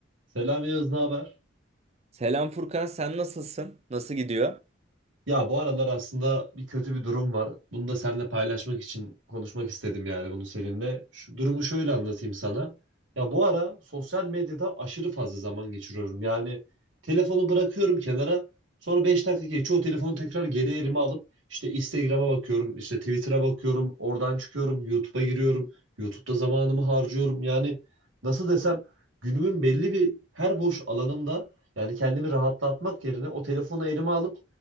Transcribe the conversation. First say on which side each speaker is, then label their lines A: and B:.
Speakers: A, on the right (about 80°); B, on the right (about 30°).
A: Selam Yağız, ne haber?
B: Selam Furkan, sen nasılsın? Nasıl gidiyor?
A: Ya bu aralar aslında bir kötü bir durum var. Bunu da seninle paylaşmak için konuşmak istedim yani bunu seninle. Şu durumu şöyle anlatayım sana. Ya bu ara sosyal medyada aşırı fazla zaman geçiriyorum. Yani telefonu bırakıyorum kenara. Sonra 5 dakika geçiyor. O telefonu tekrar geri elime alıp işte Instagram'a bakıyorum, işte Twitter'a bakıyorum, oradan çıkıyorum, YouTube'a giriyorum. YouTube'da zamanımı harcıyorum. Yani nasıl desem günümün belli bir her boş alanımda yani kendimi rahatlatmak yerine o telefonu elime alıp